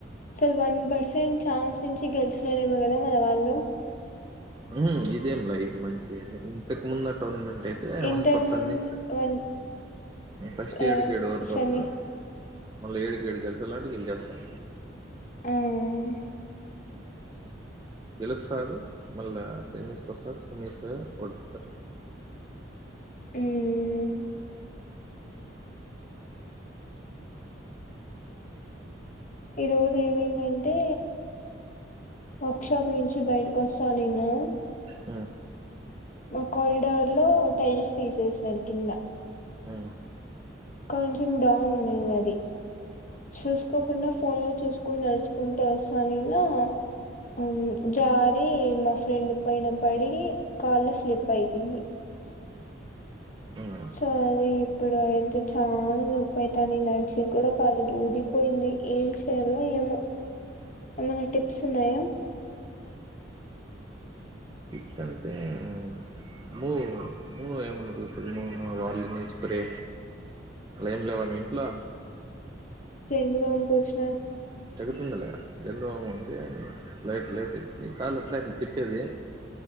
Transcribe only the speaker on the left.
అసలు వన్ పర్సెంట్ ఛాన్స్ నుంచి గెలిచినరేమో గదా మన వాళ్ళు
ఇంతకు
ముందు
వన్
ఆ
సెమి
ఆహ్
<unintelligible> మ్మ్ ఈ రోజు ఏమైందంటే వర్క్ షాప్ నుంచి బయటకు వస్తా, నేను
మా కారిడార్ లో టైల్స్ తీసేసినారు కింద
కొంచెం డౌన్ ఉండింది అది
చూసుకోకుండా ఫోన్ లో చూసుకుని నడుచుకుంటే వస్తానిన్నా ఉ జాబ్ మా ఫ్రెండ్ మొత్తం కట్టాలి, కాళ్ళ స్లిప్, పడుకుంది.
సరి ఇప్పుడు అయితే చాలా నొప్పైతానింది నడిచి కూడా కళు దుదిపోయింది, ఏం చేయలో ఎం ఏమైనా టిప్స్ ఉన్నాయా
జెన్డ్ గా అనిపిచ్చినాయి.